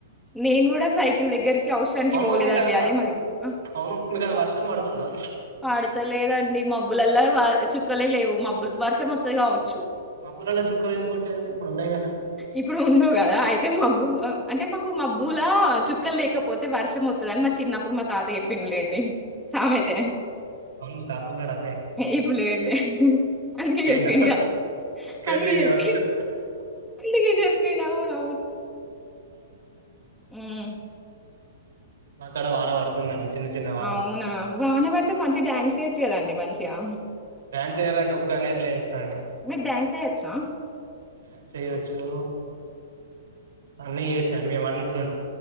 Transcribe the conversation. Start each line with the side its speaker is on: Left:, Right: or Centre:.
Centre: నేను కూడా సైకిల్ దగ్గరికి అవసరానికి
Right: అవును
Centre: పోలేదండి
Right: మీకాడ
Centre: అదే
Right: వర్షం
Centre: మా దగ్గర అ
Right: అవును మీకాడ వర్షం పడుతుందా
Centre: పాడతలేదండి మబ్బుల అల్లే వే చుక్కలే లేవు మబ్బలు వర్షం వస్తది కావచ్చు
Right: మబ్బులలో చుక్కలు ఎందుకుంటాయండి ఇప్పుడు ఉండవు కదా
Centre: ఇప్పుడు ఉండవు గదా! అయితే మాబ్బు, అంటే మాకు మా మబ్బులా చుక్కలు లేకపోతే వర్షం వస్తుందని అని మా చిన్నప్పుడు మా తాత చెప్పిందిలేండి. సామెత
Right: అవును తాత ఉన్నాడా
Centre: ఇప్పుడు లేలే అందుకే
Right: పోయిండా
Centre: చెప్పింగా అందుకే
Right: పోయిండు
Centre: చెప్పి
Right: కావచ్చు
Centre: అందుకే చెప్పిన అవును యమ్
Right: మా కాడ వాన పడుతుందండి చిన్న చిన్న వాన
Centre: అవునా వాన పడితే మం మంచిగా డాన్స్ వేయొచ్చు కదండి మంచిగా
Right: డ్యాన్స్ చేయాలంటే ఒక్కడినే ఎట్లా చేస్తా అండి
Centre: మీకు డాన్స్ ఎయొచ్చా?
Right: డ్యాన్స్ చెయొచ్చు అన్నీ చెయ్యొచ్చు అండి మేము అన్నిట్లు